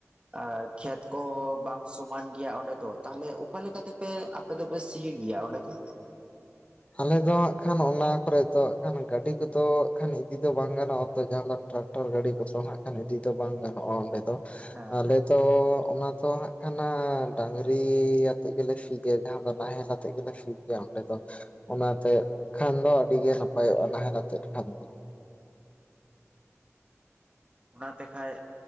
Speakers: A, on the right; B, on the left.
A: ᱟᱨ ᱠᱷᱮᱛ ᱠᱚᱦᱚᱸ ᱵᱟᱝ ᱥᱚᱢᱟᱱ ᱜᱮᱭᱟ ᱚᱸᱰᱮ ᱫᱚ ᱛᱟᱦᱚᱞᱮ ᱚᱠᱟᱞᱮᱠᱟ ᱛᱮᱯᱮ ᱟᱯᱮ ᱫᱚᱯᱮ ᱥᱤᱭᱮᱰ ᱜᱮᱭᱟ ᱚᱸᱰᱛᱮ
B: ᱟᱞᱮ ᱫᱚ ᱦᱟᱸᱜ ᱠᱷᱟᱱ ᱚᱱᱟ ᱠᱚᱨᱮ ᱫᱚ ᱦᱟᱸᱜ ᱠᱷᱟᱱ ᱜᱟᱹᱰᱤ ᱠᱚᱫᱚ ᱠᱷᱟᱱ ᱤᱫᱤ ᱫᱚ ᱵᱟᱝ ᱜᱟᱱᱚᱜᱼᱟ ᱛᱚ ᱡᱟᱦᱟᱸ ᱫᱚ ᱴᱨᱟᱠᱴᱟᱨ ᱜᱟᱹᱲᱤ ᱠᱚᱫᱚ ᱦᱟᱸᱜ ᱠᱷᱟᱱ ᱤᱫᱤ ᱫᱚ ᱵᱟᱝ ᱜᱟᱱᱚᱜᱼᱟ ᱚᱸᱰᱮ ᱫᱚ
A: ᱦᱮᱸ
B: ᱟᱞᱮ ᱛᱚ ᱚᱱᱟ ᱫᱚ ᱦᱟᱸᱜ ᱠᱷᱟᱱᱟ ᱰᱟᱝᱨᱤ ᱟᱛᱮᱜ ᱜᱮᱞᱮ ᱥᱤᱭ ᱜᱮᱭᱟ ᱡᱟᱦᱟᱸ ᱫᱚ ᱱᱟᱦᱮᱞᱟᱛᱮ ᱛᱮᱜ ᱜᱮᱞᱮ ᱥᱤ ᱜᱮᱭᱟ ᱚᱸᱰᱮ ᱫᱚ ᱚᱱᱟᱛᱮᱜ ᱠᱷᱟᱱ ᱫᱚ ᱟᱹᱰᱤ ᱜᱮ ᱱᱟᱯᱟᱭᱚᱜᱼᱟ ᱱᱟᱦᱮᱞ ᱟᱛᱮᱫ ᱠᱷᱟᱱ ᱫᱚ
A: ᱚᱱᱟᱛᱮᱠᱟᱡ